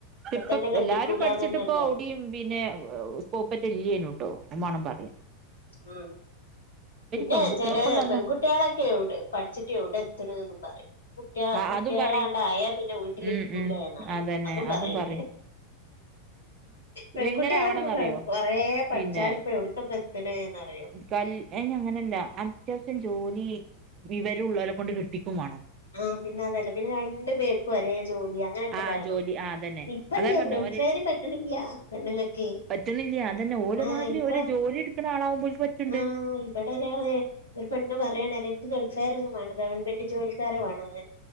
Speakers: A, on the right; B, on the left.
A: ഇപ്പം
B: തന്നെ കെട്ടിക്കൂലന്നന്നല്ലേ
A: എല്ലാരും പഠിച്ചിട്ട് ഇപ്പോ ഇവിടയും പിന്നെ സ്കോപ്പൊറ്റില്ലേനു ട്ടോ ഉമ്മാണം പറയ്
B: ഉം പിന്നെ
A: പെൺകുട്ടികൾക്കും
B: ചെല
A: തന്നെ
B: പെൺകുട്ടികളൊക്കെ എവിടെ പഠിച്ചിട്ട് എവിടെ എത്തണും ന്ന് പറയും കുട്ടിക
A: ആ
B: കുട്ടികളാണ്ടായാ
A: അതും പറയും
B: പിന്നെ വീട്ടിൽ
A: ഉം
B: ഇക്കൂലേന്നറയും
A: ഉം അതന്നെ
B: അതും പറയണ്ട്
A: പറയും
B: പെൺകുട്ടികളൊക്കെ
A: എങ്ങനെ ആവണംന്നറിയോ
B: ഇപ്പ കൊറേ പഠിച്ചാലും
A: പിന്നെ
B: ഇപ്പൊ എവിടക്കപ്പ എത്തണേന്ന്റയും
A: കൽ ഏ ഇന്യങ്ങനല്ല അത്യാവശ്യം ജോലി വിവരുള്ളവരെ കൊണ്ട് കെട്ടിക്കും വേണം
B: ആഹ് പിന്നതല്ല പിന്നെ രണ്ടു പേർക്കും ഒരേ ജോലി അങ്ങനൊക് ക്കെ
A: ആ
B: വേണം
A: ജോലി ആ അതന്നെ
B: ഇപ്പല്യേ
A: അതാ ഞാൻ പറഞ്ഞെ
B: ഗൾഫ്കാരും പറ്റണില്യ പെണ്ണുങ്ങക്ക്
A: പറ്റണില്യ അതന്നെ ഓലെമാതിരി
B: ആഹ് ഇപ്പ
A: ഒരു ജോലി എടുക്ക്ണ ആളാവുമ്പോ ഓൽക്ക് പറ്റുണ്ട്
B: ആഹ് ഇവിടെ ഒരാള് ഒരു പെണ്ണ് പറയാണ് എനിക്ക് ഗൾഫാരെ ഒന്നും വേണ്ട ഗവൺമെന്റ് ജോലിക്കാരെ വേണംന്ന്